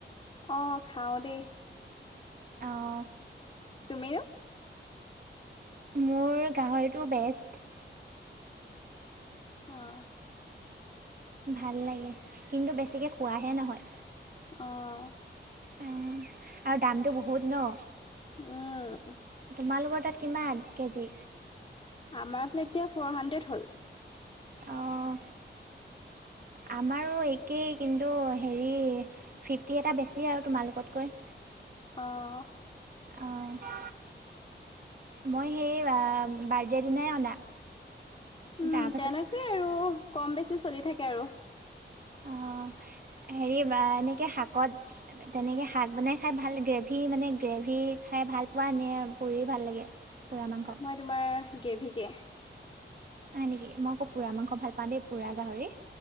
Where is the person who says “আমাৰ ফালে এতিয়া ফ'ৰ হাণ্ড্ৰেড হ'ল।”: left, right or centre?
Left